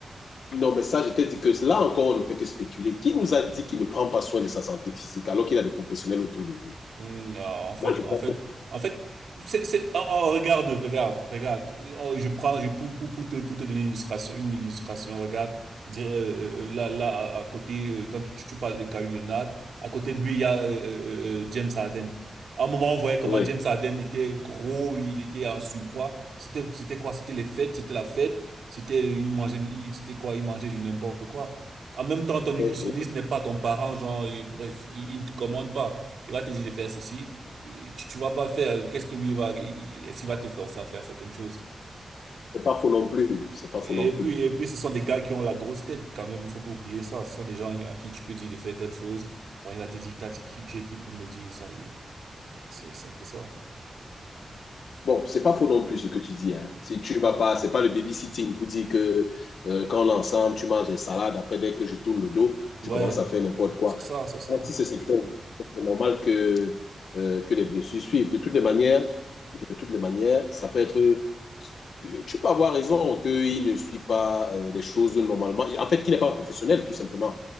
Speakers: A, on the left (about 85°); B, on the right (about 80°).
A: non, mais ça, je t'ai dit que là encore, on ne fait que spéculer. Qui nous a dit qu'il ne prend pas soin de sa santé physique alors qu'il a des professionnels autour de lui?
B: Hmm, Non, en fait,
A: Moi, je crois
B: en fait,
A: que
B: en fait, c'est, c'est, oh, oh, regarde, regarde, regarde. Oh, je prends, je, pour, pour, pour te, pour te donner une illustration, une illustration, regarde, di- euh, euh, là, là, à, à côté, euh, quand tu, tu parlais de Kawhi Leonard, à côté de lui, il y a euh, euh, euh, euh, James Harden. À un moment, on voyait comment
A: oui.
B: James Harden était gros, il était en surpoids. C'était, c'était quoi? C'était les fêtes, c'était la fête, c'était, euh, il mangeait, il- c'était quoi? Il mangeait du n'importe quoi. En même temps, ton nutritionniste
A: Oui.
B: n'est pas ton parent, genre, et bref, il il ne te commande pas. Il va te dire de faire ceci. Tu, tu vas pas faire. Qu'est-ce que lui va, il- est-ce qu'il va te forcer à faire certaines choses?
A: C'est pas faux non plus. C'est pas
B: Et
A: faux non plus.
B: puis, et puis, ce sont des gars qui ont la grosse tête quand même. Il faut pas oublier ça. Ce sont des gens à qui tu peux dire de faire telle chose. Bon, il va te dire, t'as dit qui tu es qui pour me dire ça. Et c'est, c'est un peu ça.
A: Bon, c'est pas faux non plus ce que tu dis. Hein. Si tu vas pas, c'est pas le babysitting pour dire que euh, quand on est ensemble, tu manges des salades. Après, dès que je tourne le dos,
B: Ouais,
A: tu commences à faire n'importe quoi.
B: c'est ça, c'est ça.
A: Bon, Si c'est ce que- c'est normal que, euh, que les blessures suivent. De toutes les manières, de toutes les manières, ça peut être. euh, Tu peux avoir raison qu'il ne suit pas euh, les choses normalement. En fait, qu'il n'est pas professionnel, tout simplement.